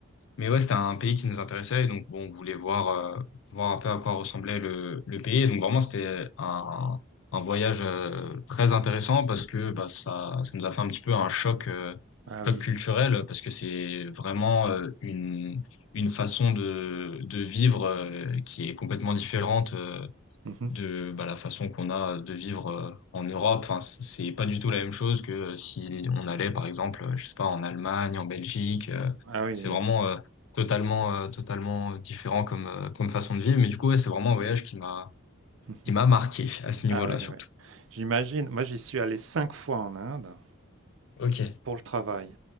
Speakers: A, on the left; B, on the right.
A: mais ouais, c'était un pays qui nous intéressait et donc bon, on voulait voir euh, voir un peu à quoi ressemblait le le pays. Et donc vraiment c'était un un voyage euh, très intéressant parce que bah ça ça nous a fait un petit peu un choc euh,
B: Ah oui.
A: choc culturel parce que c'est vraiment euh, une une façon de, de vivre euh, qui est complètement différente euh,
B: Mhm.
A: de bah, la façon qu'on a de vivre euh, en Europe. Enfin, c- c'est pas du tout la même chose que euh, si on allait, par exemple, euh, je sais pas, en Allemagne, en Belgique. euh,
B: Ah oui,
A: c'est
B: oui.
A: vraiment euh, totalement, euh, totalement différent comme, euh, comme façon de vivre. Mais du coup, ouais, c'est vraiment un voyage qui m'a,
B: Mhm.
A: qui m'a marqué à ce niveau-là,
B: Ah oui,
A: surtout.
B: oui. J'imagine. Moi, j'y suis allé cinq fois en Inde
A: Ok.
B: pour le travail.